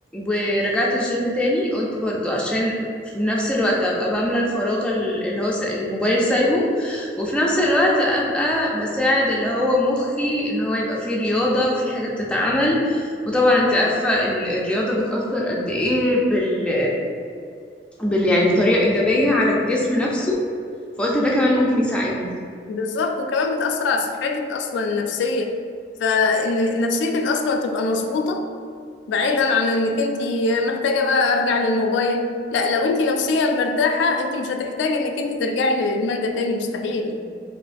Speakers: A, in the centre; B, on the left.
A: ورجعت الجيم تاني قلت برضو عشان في نفس الوقت ابقى بملى الفراغ ال- اللي هو س... الموبايل سايبه وفي نفس الوقت ابقى بساعد اللي هو مخي ان هو يبقى فيه رياضة في حاجة بتتعمل وطبعا انت عارفة ال- الرياضة بتأثر قد ايه بال... بال... يعني بطريقة ايجابية على الجسم نفسه فقلت ده كمان ممكن يساعدني
B: بالظبط وكمان بتاثر على صحتك اصلا النفسيه فان نفسيتك اصلا تبقى مظبوطه بعيدا عن انك انت محتاجه بقى ارجع للموبايل لا لو انت نفسيا مرتاحه انت مش هتحتاجي انك انت ترجعي للادمان ده تاني مستحيل يعني